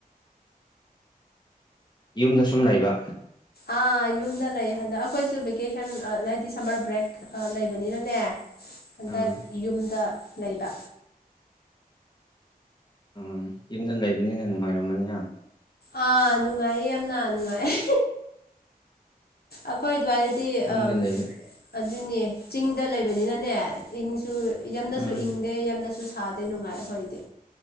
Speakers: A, on the left (about 30°); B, on the left (about 85°).
A: ꯌꯨꯝꯗ ꯁꯨꯝ ꯂꯩꯕ
B: ꯑꯥ ꯌꯨꯝꯗ ꯂꯩ ꯍꯟꯗꯛ ꯑꯩꯈꯣꯏꯁꯨ ꯚꯦꯀꯦꯁꯟ ꯑ ꯍꯥꯏꯗꯤ ꯁꯝꯃꯔ ꯕ꯭ꯔꯦꯛ ꯑꯥ ꯂꯩꯕꯅꯤꯅꯅꯦ ꯍꯟꯗꯛ
A: ꯎꯝ
B: ꯌꯨꯝꯗ ꯂꯩꯕ
A: ꯑ ꯌꯨꯝꯗ ꯂꯩꯕꯅꯤꯅ ꯅꯨꯡꯉꯥꯏꯔꯝꯃꯅꯤꯍ
B: ꯑꯥ ꯅꯨꯡꯉꯥꯏꯌꯦ ꯌꯥꯝꯅ ꯅꯨꯡꯉꯥꯏ ꯑꯩꯈꯣꯏ ꯑꯗꯨꯋꯥꯏꯗꯤ
A: ꯌꯨꯝꯗ
B: ꯑ
A: ꯂꯩꯕ
B: ꯑꯗꯨꯅꯦ ꯆꯤꯡꯗ ꯂꯩꯕꯅꯤꯅꯅꯦ ꯏꯪꯁꯨ ꯌꯥꯝꯅꯁꯨ
A: ꯎꯝ
B: ꯏꯪꯗꯦ ꯌꯥꯝꯅꯁꯨ ꯁꯥꯗꯦ ꯅꯨꯡꯉꯥꯏ ꯑꯩꯈꯣꯏꯗꯤ